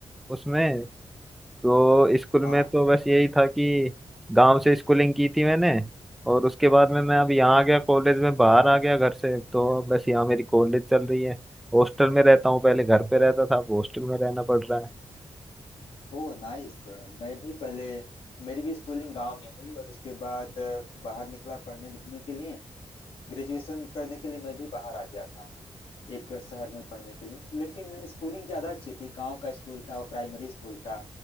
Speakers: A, in the centre; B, on the left.
A: उसमें तो स्कूल
B: हाँ
A: में तो बस यही था कि गांव से स्कूलिंग की थी मैंने और उसके बाद में
B: हम्म,
A: मैं अब यहाँ आ गया कॉलेज में बाहर आ गया घर से तो बस यहाँ मेरी कॉलेज चल रही है हॉस्टल में रहता हूँ पहले घर पे रहता था अब हॉस्टल में रहना पड़ रहा है
B: Oh nice मैं भी पहले मेरी भी स्कूलिंग गांव में हुई और उसके बाद अ, बाहर निकला पढ़ने लिखने के लिए ग्रेजुएशन करने के लिए मैं भी बाहर आ गया था एक शहर में पढ़ने के लिए लेकिन स्कूलिंग ज़्यादा अच्छी थी गांव का स्कूल था और प्राइमरी स्कूल था